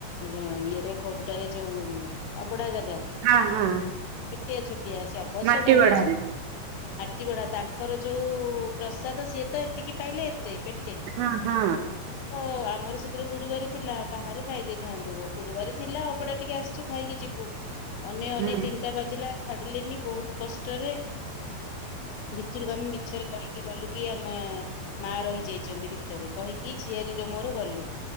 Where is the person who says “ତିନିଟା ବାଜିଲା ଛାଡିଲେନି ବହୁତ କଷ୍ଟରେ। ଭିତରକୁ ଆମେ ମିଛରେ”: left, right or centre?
Left